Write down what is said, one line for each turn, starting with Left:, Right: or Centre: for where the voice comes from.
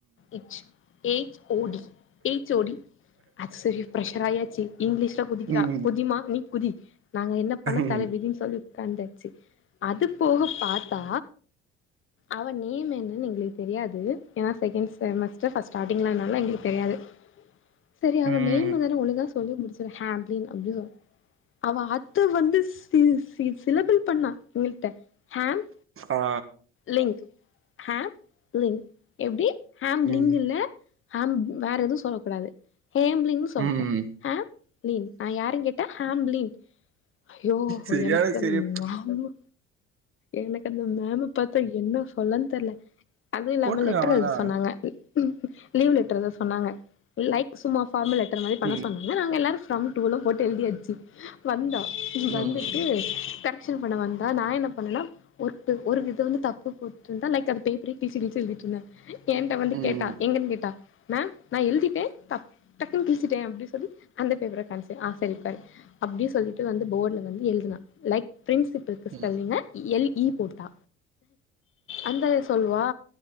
Left: இச் எச் ஓடி எச் ஓடி அது சரி ப்ஷர் ஆயாச்சு இங்கிலீஷ்ல குதிக்கிறா
Right: ம்
Left: குதிமா நீ குதி நாங்க என்ன பண்ண
Right: ம்
Left: தல விதின் சொல்லி உக்காந்தாச்சு அது போக பாத்தா அவ நேம் என்னன்னு எங்களுக்கு தெரியாது ஏன்னா செக்கேன்ட் செமஸ்டர் ஃப்ப ஸ்டார்டிங்லனால எங்களுக்கு தெரியாது சரி அவன்
Right: ம்
Left: நேமதான ஒழுங்கா சொல்லி முடிச்சிரு ஹே அப்டின்னு அப்டி சொ அவ அத்த வந்து சி சி சிலபிள் பண்ணா எங்கிள்ட்ட ஹேம்
Right: ஆ
Left: லிங்க் ஹேம் லிங்க் எப்டி ஹேம் லிங்குல்ல
Right: ம்
Left: ஹேம் வேற எதுவும் சொல்ல கூடாது ஹேம்லீங் சொல்லக்கூடாது
Right: ம்
Left: ஹேம்லீன் நா யாருன்னு கேட்டா ஹோம்லீன் ஐயோ
Right: சரியான
Left: எனக்கு அந்
Right: சரி
Left: <unintelligible> எனக்கு அந்த மேம பாத்தா என்ன சொலன் தெர்ல அதுவும் இல்லாம
Right: போட்ருங்க
Left: லெட்டர்
Right: அவ்ளதா
Left: எழுத சொன்னாங்க ம் ம் ம் லீவ் லெட்டரு தா சொன்னாங்க லைக் சும்மா ஃபார்மல் லெட்டர் மாரி பண்ண
Right: ம்
Left: சொன்னாங்க நாங்க எல்லோரும் ஃப்ரம் டூலா போட்டு எழுதி யாச்சு வந்தோ இ வந்துட்டு
Right: ம்
Left: கரெக்ஷன் பண்ண வந்தா நா என்ன பண்ணலாம் ஒர்ட்டு ஒரு விதோ வந்து தப்பு போட்ருந்தா லைக் அது பேப்பரே கிழுச்சி கிழுச்சி எழுதிட்ருந்தே ஏன்ட்ட வந்து
Right: ம்
Left: கேட்டா எங்கன்னு கேட்டா மேம் நா எழுதிட்டே டக் டக்குன்னு கிழிட்டே அப்புடி சொல்லி அந்த பேப்பர கன்சி ஆ சரி கன் அப்டி சொல்லி ட்டு வந்து போர்ட்ல வந்து எழுதுனா லைக் பிரின்சிபில்க்கு ஸ்பேல்லிங்க
Right: ம்
Left: எல் ஈ போட்டா அந்த இத் சொல்வா